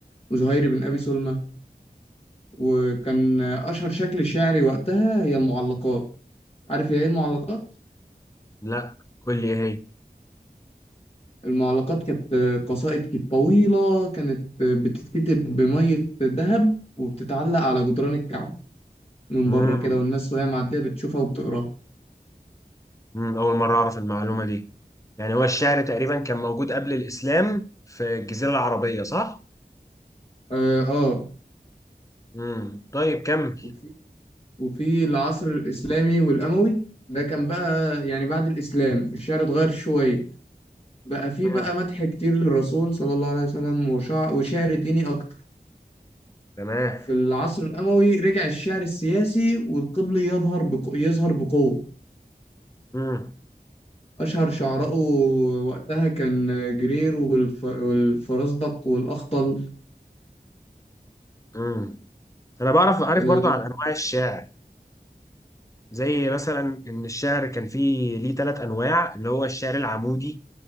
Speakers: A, on the left; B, on the left.
A: وزهير بن ابي سلمى وكان اشهر شكل شعري وقتها هي المعلقات عارف يا ايه المعلقات
B: لا قول لي ايه هي
A: المعلقات كانت قصائد كانت طويلة كانت بتتكتب بمية ذهب وبتتعلق على جدران الكعبة من
B: امم
A: بره كده والناس وهي معدية بتشوفها وبتقراها
B: امم اول مره اعرف المعلومه دي يعني هو الشعر تقريبا كان موجود قبل الاسلام في الجزيره العربيه صح
A: اه آه.
B: امم طيب كمل
A: وفي وفي العصر الإسلامي والأموي ده كان بقى يعني بعد الإسلام الشعر اتغير شوية بقى في
B: امم
A: بقى مدح كتير للرسول صلى الله عليه وسلم وشع... وشعر ديني أكتر
B: تمام
A: في العصر الأموي رجع الشعر السياسي والقبلي يظهر بق... يظهر بقوة
B: امم
A: أشهر شعراءه وقتها كان جرير والف... والفرزدق والأخطل
B: امم انا بعرف عارف
A: آه
B: برضو عن انواع الشعر زي مثلا ان الشعر كان فيه ليه ثلاث انواع اللي هو الشعر العمودي